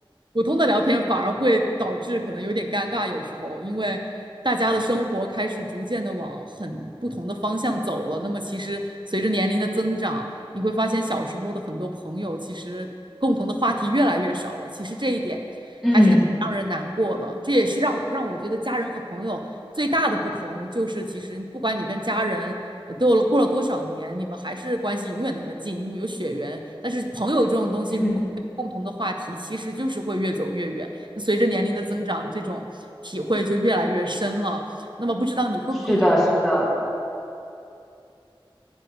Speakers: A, on the right; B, in the centre.
A: 普通的聊天反而会导致可能有点尴尬，有时候因为大家的生活开始逐渐的往很不同的方向走了。那么其实随着年龄的增长，你会发现小时候的很多朋友其实共同的话题越来越少了。其实这一点还是让人难过的，
B: 嗯
A: 这也是让让我觉得家人和朋友最大的不同就是，其实不管你跟家人呃都有了过了多少年，你们还是关系永远那么近，因为有血缘。但是朋友这种东西，如果共同的话题，
B: 嗯，
A: 其实就是会越走越远。随着年龄的增长，这种体会就越来越深了。那么不知道你会不会也有，
B: 是的，是的，